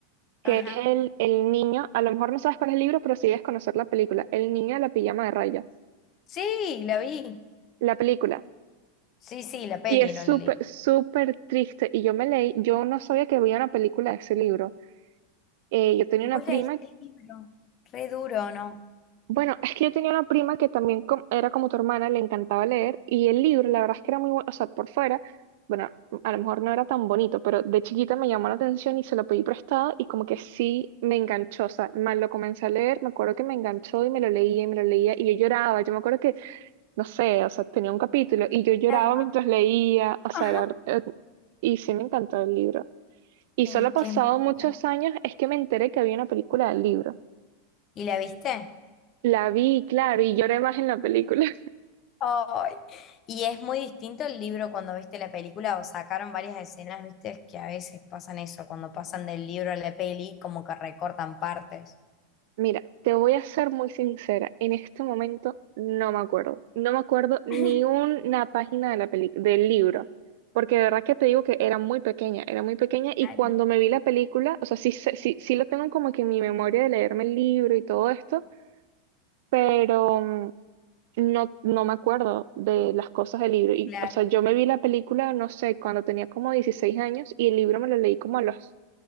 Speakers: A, on the right (about 60°); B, on the left (about 35°).
A: que
B: Ajá.
A: es el, el niño, a lo mejor no sabes cuál es el libro, pero sí debes conocer la película, El niño de la pijama de rayas,
B: Sí, la vi.
A: la película.
B: Sí, sí, la peli,
A: Y es
B: no el
A: súper,
B: libro.
A: súper triste. Y yo me leí, yo no sabía que había una película de ese libro. Eh, yo tenía
B: Vos
A: una prima
B: leíste el libro, re duro, ¿no?
A: Bueno, es que yo tenía una prima que también com- era como tu hermana, le encantaba leer y el libro, la verdad es que era muy bueno, o sea, por fuera, bueno, a lo mejor no era tan bonito, pero de chiquita me llamó la atención y se lo pedí prestado y como que sí me enganchó, o sea, más lo comencé a leer, me acuerdo que me enganchó y me lo leía y me lo leía y yo lloraba, yo me acuerdo que, no sé, o sea, tenía un capítulo y yo lloraba
B: Alma.
A: mientras leía, o sea,
B: Ajá.
A: era, eh, y sí me encantó el libro. Y
B: Es
A: solo pasado
B: que es muy
A: muchos
B: fuerte.
A: años es que me enteré que había una película del libro.
B: ¿Y la viste?
A: La vi, claro, y lloré más en la película.
B: Ay. Y es muy distinto el libro cuando viste la película, o sacaron varias escenas, viste, es que a veces pasan eso, cuando pasan del libro a la peli, como que recortan partes.
A: Mira, te voy a ser muy sincera. En este momento no me acuerdo. No me acuerdo ni
B: <laughs>
A: una página de la peli- del libro. Porque de verdad que te digo que era muy pequeña, era muy pequeña y
B: Claro,
A: cuando me vi la película, o sea, sí, sé- sí, sí lo tengo como que en mi memoria de leerme el libro y todo esto, pero mm, no, no me acuerdo de las cosas del libro. Y,
B: claro.
A: o sea, yo me vi la película, no sé, cuando tenía como 16 años y el libro me lo leí como a los